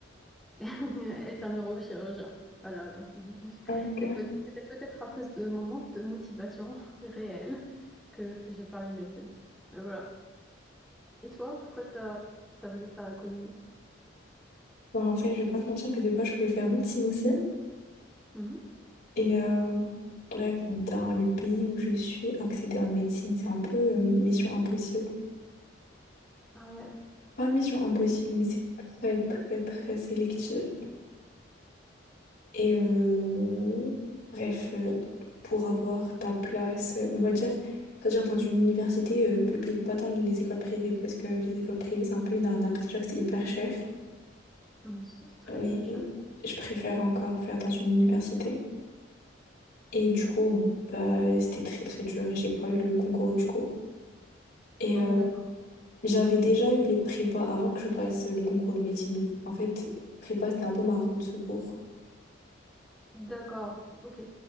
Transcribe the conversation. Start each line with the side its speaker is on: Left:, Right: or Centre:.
Centre: est, <laughs> est un neurochirurgien. Voilà, donc bon.
Left: Ah, ok.
Centre: C'est peut- c'était peut-être à cause de mon manque de motivation <laughs> réelle que, que j'ai pas eu médecine. Mais voilà. Et toi, pourquoi t'as t'as voulu faire économie?
Left: Bah, en fait, je vais pas te mentir que de base, je voulais faire médecine aussi.
Centre: Mhm.
Left: Et euh, bref, dans le pays où je suis, accéder en médecine, c'est un peu euh, mission impossible.
Centre: Ah ouais,
Left: Pas mission impossible, mais c'est très, très, très sélectif. Et euh, bref, euh, pour avoir ta place, euh, on va dire, c'est-à-dire dans une université euh, publique, pas dans les écoles privées, parce que les écoles privées, c'est un peu une arnaque. Déjà que c'est hyper cher.
Centre: Hum, c'est très
Left: Mais
Centre: très cher.
Left: je préfère encore faire dans une université. Et du coup, bah, c'était très très dur et j'ai pas eu le concours du coup. Et
Centre: Hum,
Left: euh,
Centre: D'accord.
Left: j'avais déjà eu les prépas avant que je passe euh, le concours de médecine. Donc en fait, prépa, c'était un peu ma roue de secours.
Centre: D'accord, ok.